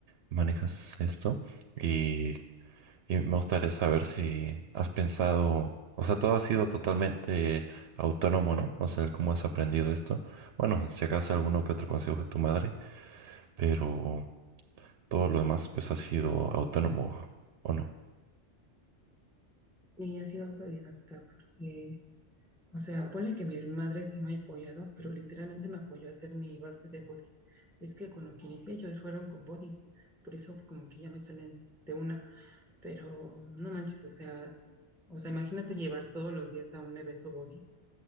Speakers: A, on the right; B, in the centre.
A: manejas esto y, y me gustaría saber si has pensado, o sea, todo ha sido totalmente autónomo, ¿no? O sea, cómo has aprendido esto. Bueno, si acaso alguno que otro consejo de tu madre, pero todo lo demás pues ha sido autónomo, ¿o no?
B: sí, he sido autodidacta porque O sea, ponle que mi madre sí me ha apoyado, pero literalmente me apoyó a hacer mi base de body. Es que con lo que inicié yo fueron con bodies, por eso como que ya me salen de una, pero no manches, o sea, o sea, imagínate llevar todos los días a un evento bodies,